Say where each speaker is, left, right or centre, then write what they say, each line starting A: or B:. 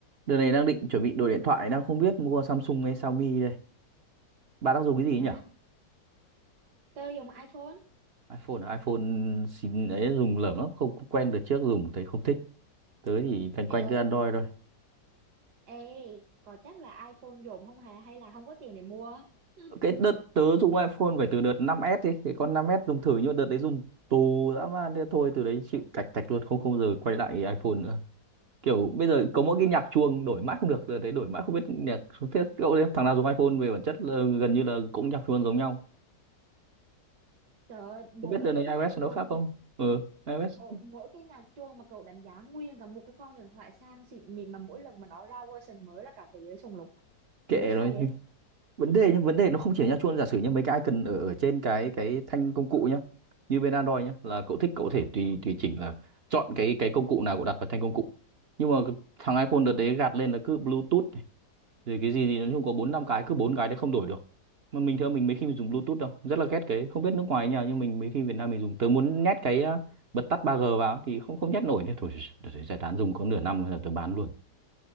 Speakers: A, on the right; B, on the right.
A: Đợt này đang định chuẩn bị đổi điện thoại, đang không biết mua Samsung hay Xiaomi đây. Bạn đang dùng cái gì
B: Hả?
A: nhỉ?
B: Tôi dùng iPhone?
A: iPhone à? iPhone xin ấy dùng lởm lắm, không không quen được trước dùng thấy không thích. Tớ thì loanh quanh
B: Ê,
A: cứ Android thôi.
B: ê, có chắc là iPhone dùng không hay hay là không có tiền để mua? <laughs> Hừ.
A: Cái đợt tớ dùng iPhone phải từ đợt 5S đi, cái con 5S dùng thử nhưng mà đợt đấy dùng tù dã man thế thôi từ đấy chịu cạch cạch luôn không không giờ quay lại iPhone nữa. Kiểu bây giờ
B: Ủa,
A: có mỗi cái nhạc chuông đổi mãi không được, đợt đấy đổi mãi không biết nhạc xuống thiết cậu đấy, thằng nào dùng iPhone về bản chất là gần như là cũng nhạc chuông giống nhau.
B: trời ơi, mỗi
A: Không biết đợt
B: cái
A: này iOS
B: cái nhạc chuông
A: nó khác không? Ừ, iOS
B: mỗi, mỗi cái nhạc chuông mà cậu đánh giá nguyên cả một cái con điện thoại sang xịn mịn mà mỗi lần mà nó ra version mới là cả thế giới sùng lục. à?
A: kệ
B: Nghĩ
A: rồi
B: sao vậy?
A: vấn đề nhá vấn đề nó không chỉ ở nha chuông giả sử như mấy cái icon ở ở trên cái cái thanh công cụ nhá như bên Android nhá là cậu thích cậu có thể tùy tùy chỉnh là chọn cái cái công cụ nào cậu đặt vào thanh công cụ nhưng mà cái- thằng iPhone đợt đấy gạt lên là cứ Bluetooth này, rồi cái gì gì nói chung có bốn năm cái cứ bốn cái đấy không đổi được mà mình thưa mình mấy khi mình dùng Bluetooth đâu rất là ghét cái không biết nước ngoài như nào nhưng mình mấy khi Việt Nam mình dùng tớ muốn nhét cái ờ, bật tắt ba g vào thì không không nhét nổi nữa thôi đợt đấy giải tán dùng có nửa năm rồi tớ bán luôn